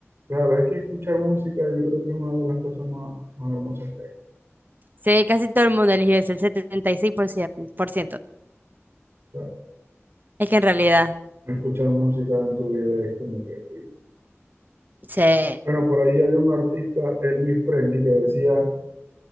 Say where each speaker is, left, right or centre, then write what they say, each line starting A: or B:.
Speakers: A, on the right; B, on the right.
A: Claro, es que escuchar música yo creo que es una de las cosas más, más hermosas que hay.
B: Sí, casi todo el mundo eligió eso, el 76%. por ciento. por ciento.
A: claro.
B: Es que en realidad,
A: Escuchar música en tu vida es como que...
B: sí,
A: Bueno, por ahí había un artista, Elvis Presley, que decía,